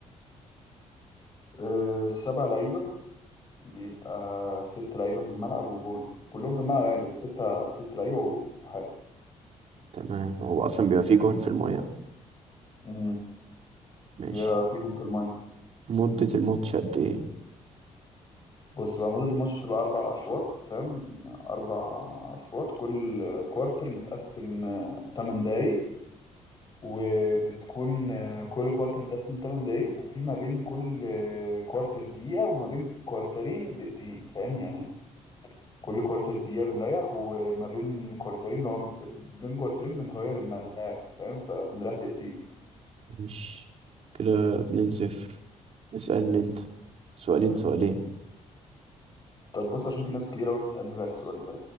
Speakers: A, on the left; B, on the right.
A: أه سبع لعيبه بيبقى ست لعيبه في الملعب وجون كلهم في الملعب يعني بس ستة ست لعيبه وحارس
B: تمام هو اصلا بيبقى فيه جون في المايه
A: امم
B: ماشي
A: بيبقى في جون في المايه
B: مدة الماتش قد ايه
A: بص بقى مدة الماتش بتبقى أربع أشواط فاهم أربع أشواط كل كوارتر متقسم تمن دقايق وبتكون آه، كل كوارتر متقسم 8 دقايق وفي ما بين كل آه، كوارتر دقيقة وما بين كوارترين دقيقتين فاهم يعني كل كوارتر دقيقة بنريح وما بين كوارترين لو بين كوارترين بنغير الملاعب فاهم فبنريح دقيقتين
B: ماشي كده 2 0 اسألني انت سؤالين سؤالين
A: طب بص عشان في ناس كتير قوي بتسألني بقى السؤال ده